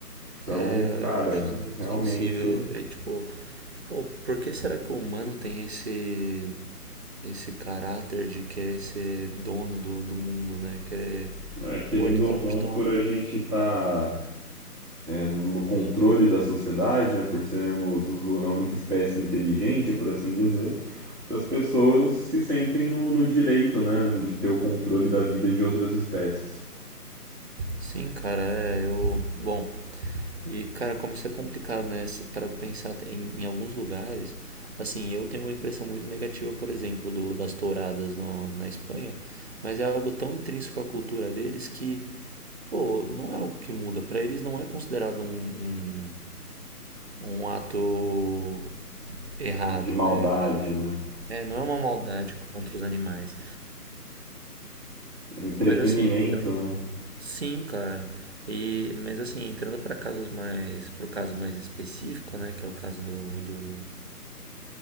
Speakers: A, on the right (about 75°); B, on the right (about 40°).
A: Então,
B: é,
A: cara,
B: eu acho isso muito
A: realmente,
B: sensível. É tipo, pô, por que será que o humano tem esse esse caráter de querer ser dono do, do mundo, né? Querer,
A: é, querendo
B: pô, literalmente
A: ou não,
B: tomar
A: por a gente estar no controle da sociedade, né, por sermos os- a única espécie inteligente, por assim dizer, então as pessoas se sentem no, no direito, né, de ter o controle da vida de outras espécies,
B: Sim, cara, é, eu. Bom, e cara, como isso é complicado, né? Se- Pra pensar te- em, em alguns lugares, assim, eu tenho uma impressão muito negativa, por exemplo, do, das touradas no, na Espanha, mas é algo tão intrínseco à cultura deles que, pô, não é algo que muda. Pra eles não é considerado um, um, um ato errado,
A: de maldade,
B: né? Pa-
A: né,
B: É, não é uma maldade contra os animais.
A: entretenimento,
B: Mas assim, entrando.
A: né,
B: Sim, claro. E, mas assim, entrando para casos mais, pro caso mais específico, né, que é o caso do, do-